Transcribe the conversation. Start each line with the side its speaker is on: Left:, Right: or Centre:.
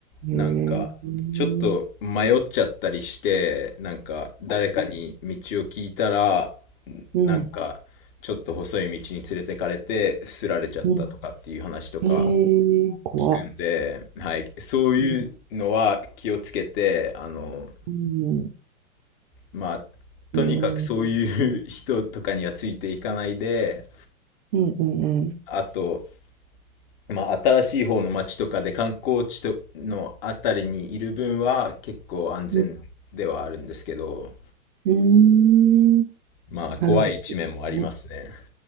Right: うん。
Left: なんか、
Right: へえ。うん
Left: ちょっと迷っちゃったりして、なんか、誰かに道を聞いたら、
Right: うん
Left: なんか、ちょっと細い道に連れてかれて、すられちゃったとかっていう話とか
Right: うん。へえ、怖っ。
Left: 聞くんで、はい、そういうのは気をつけて、
Right: うん
Left: あの、
Right: うん
Left: まあ、とにかくそういう人とかにはついていかないで、
Right: へえうんうんうん。
Left: あと、まあ、新しい方の町とかで観光地とのあたりにいる分は結構安全ではあるんですけど、
Right: うんうーん
Left: まあ、
Right: なるほ
Left: 怖い一面もありますね。
Right: どね。